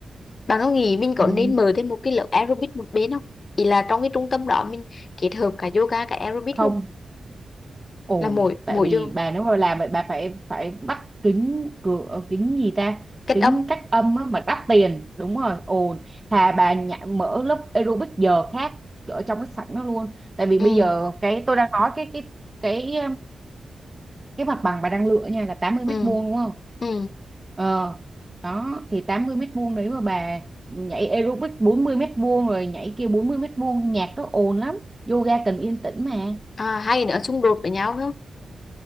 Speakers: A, on the left; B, on the right.
A: bạn có nghĩ mình có
B: ừ.
A: nên mở thêm một cái lớp aerobic một bên không ý là trong cái trung tâm đó mình kết hợp cả yoga cả aerobic
B: không
A: luôn
B: ổn
A: là mỗi
B: tại
A: mỗi
B: vì
A: vô
B: bà nếu mà làm vậy bà phải phải bắt kính cửa ờ, kính gì ta
A: kết
B: kính
A: âm
B: cách âm á, mà đắt tiền đúng rồi ồn thà bà nhả, mở lớp aerobic giờ khác ở trong cái sảnh nó luôn tại vì
A: ừ
B: bây giờ cái tôi đang nói cái cái cái cái mặt bằng bà đang lựa nha là 80
A: ừ
B: mét vuông đúng không
A: ừ
B: ờ đó thì 80 mét vuông đấy mà bà nhảy aerobic bốn mươi mét vuông rồi nhảy kia bốn mươi mét vuông nhạc nó ồn lắm yoga cần yên tĩnh mà
A: à, hai cái nữa xung đột với nhau